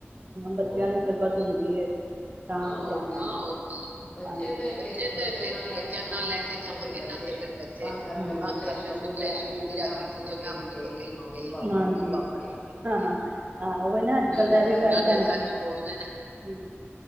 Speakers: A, on the right; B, on the left.
A: ਬੱਚਿਆਂ
B: ਹੋਰ
A: ਲਈ ਫਿਰ ਬਸ ਹੁੰਦੀ ਐ। ਤਾਂਗ
B: ਹਾਂ ਹੋਰ
A: ਜਾਣਾ
B: ਕੀ
A: ਏ, ਹਾਂ ਹੋਰ ਕੀ,
B: ਬੱਚੇ
A: ਹਾਂਜੀ।
B: ਤੇ
A: ਬੱਚੇ
B: ਫਿਰ ਬੱਚਿਆਂ
A: ਤੇ ਫਿਰ
B: ਨਾਲ ਲੈ
A: ਬੱਚਿਆਂ
B: ਕੇ ਜਾਵਾਂਗੇ
A: ਨਾਲ ਲੈ ਕੇ
B: ਨਾ
A: ਜਾਵਾਂਗੇ
B: ਤੇ ਫਿਰ ਬੱਚੇ
A: ਨਾ ਤੇ ਫਿਰ ਬਚ ਤੇ
B: ਤੰਗ ਕਰਗੇ
A: ਤੰਗ
B: ਉੱਥੇ
A: ਕਰਰੇ
B: ਸਕੂਲ
A: ਦੇ ਓਥੇ
B: ਜਾ ਕੇ
A: ਸਕੂਲ
B: ਟੀਚਰ
A: ਜਾ
B: ਹਮਕੋ
A: ਕੇ ਟੀਚਰ
B: ਤੋਂ ਕਹੀ
A: ਨਾਂ ਉਸਕੋ
B: ਗਏ
A: ਕਏ,
B: ਨੀ ਮੰਮੀ
A: ਕਏਗੀ
B: ਪਾਪਾ
A: ਹਾਂਜੀ
B: ਲੈ ਕੇ
A: ਪਾਪਾ
B: ਨਹੀਂ ਗਏ
A: ਲੈ
B: ਹਮਕੋ
A: ਕੇ ਹਾਂ ਹਾਂ, ਓਹੀ ਨਾਂ
B: ਉਹਨਾਂ
A: ਅੱਜ-ਕਲ
B: ਨੇ
A: ਦਾ ਐਵੀਂ
B: ਸੱਚ
A: ਫੈਸ਼ਨ,
B: ਬੋਲ
A: ਨਿਆਣੇਂ
B: ਦੇਣਾ
A: ਸਚ ਬੋਲਦੇ ਨੇ। ਹਂ।